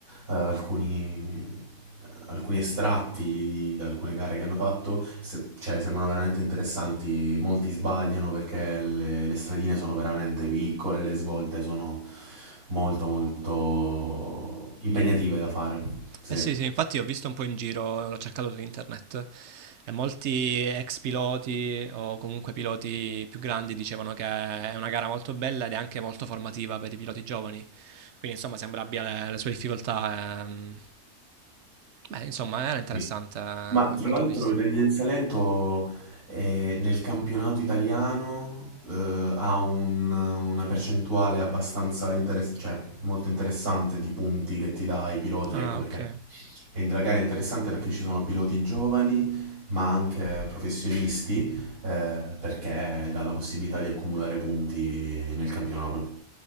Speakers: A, on the right; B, on the right.
A: eh, alcuni, alcuni estratti di, da alcune gare che hanno fatto, se- cioè sembrano veramente interessanti, molti sbagliano perché le, le stradine sono veramente piccole, le svolte sono molto molto impegnative da fare, sì.
B: Eh sì, sì, infatti ho visto un po' in giro, l'ho cercato su internet e molti ex piloti o comunque piloti più grandi dicevano che è una gara molto bella ed è anche molto formativa per i piloti giovani. Quindi insomma sembra abbia le, le sue difficoltà. ehm. Beh, insomma, era interessante
A: Sì.
B: eh, a
A: Ma tra
B: quanto
A: l'altro
B: ho visto.
A: il Rally del Salento eh, nel campionato italiano eh, ha un- una percentuale abbastanza interessante, cioè molto interessante di punti che ti dà ai piloti,
B: Ah,
A: ecco perché
B: ok,
A: e la gara è interessante perché ci sono piloti giovani ma anche professionisti eh, perché dà la possibilità di accumulare punti nel campionato.